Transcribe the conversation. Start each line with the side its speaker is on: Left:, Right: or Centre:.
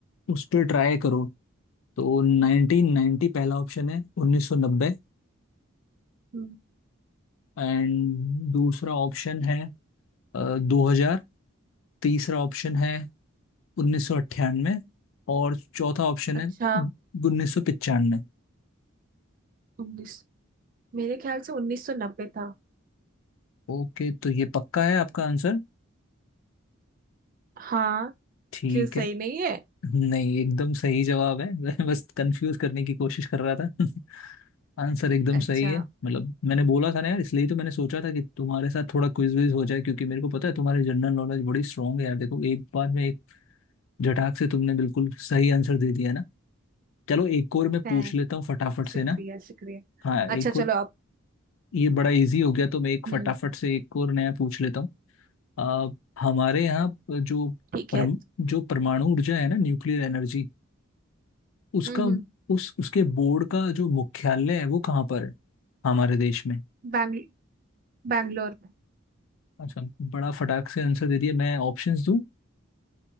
Left: उस पर ट्राई करो तो 1990 पहला ऑप्शन है 1990
Right: हम्म
Left: एंड दूसरा ऑप्शन है अ, 2000 तीसरा ऑप्शन है उन्नीस सौ अट्ठानवे और चौथा ऑप्शन
Right: अच्छा
Left: है उन्नीस सौ पचानवे
Right: उन्नीस मेरे ख्याल से उन्नीस सौ नब्बे था
Left: ओके तो ये पक्का है आपका आंसर
Right: हाँ
Left: ठीक
Right: क्यों सही
Left: है
Right: नहीं है
Left: नहीं एकदम सही जवाब है मैं बस कंफ्यूज करने की कोशिश कर रहा था <laughs> आंसर एकदम
Right: अच्छा
Left: सही है मतलब मैंने बोला था ना यार इसलिए तो मैंने सोचा था कि तुम्हारे साथ थोड़ा क्विज विज हो जाए क्योंकि मेरे को पता है तुम्हारी जनरल नॉलेज बड़ी स्ट्रांग है यार देखो एक बार में एक झटाक से तुमने बिल्कुल सही आंसर दे दिया ना चलो एक और मैं पूछ
Right: है
Left: लेता हूँ फटाफट से
Right: शुक्रिया
Left: ना
Right: शुक्रिया
Left: हाँ एक
Right: अच्छा चलो
Left: और
Right: आप
Left: ये बड़ा इजी हो गया तो मैं एक
Right: हम्म
Left: फटाफट से एक और नया पूछ लेता हूँ आ, हमारे यहाँ प- जो
Right: ठीक
Left: परम,
Right: है
Left: जो परमाणु ऊर्जा है ना न्यूक्लियर एनर्जी उसका
Right: हम्म हम्म
Left: उस उसके बोर्ड का जो मुख्यालय है वो कहाँ पर है हमारे देश में
Right: बैंगल बैंगलोर में
Left: अच्छा बड़ा फटाक से आंसर दे दिया मैं ऑप्शंस दूं